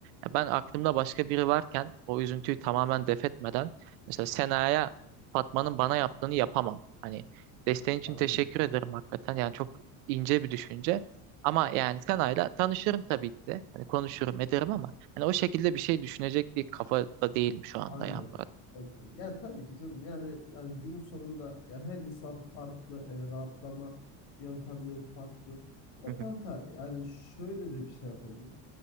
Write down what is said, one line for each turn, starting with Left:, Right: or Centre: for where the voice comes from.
Right: Ya ben aklımda başka biri varken o üzüntüyü tamamen def etmeden mesela Sena'ya Fatma'nın bana yaptığını yapamam. Hani desteğin için
Left: Anladım.
Right: teşekkür ederim hakikaten. Yani çok ince bir düşünce. Ama yani Sena'yla tanışırım tabii ki de. Hani konuşurum ederim ama hani o şekilde bir şey düşünecek bir kafada değilim şu anda
Left: Anladım.
Right: ya Murat.
Left: Okey. Ya tabii ki canım. Yani yani günün sonunda ya her insan farklı, e, rahatlama yöntemleri farklı. Ya
Right: Hı hı,
Left: kanka yani şöyle de bir şey yapabiliriz.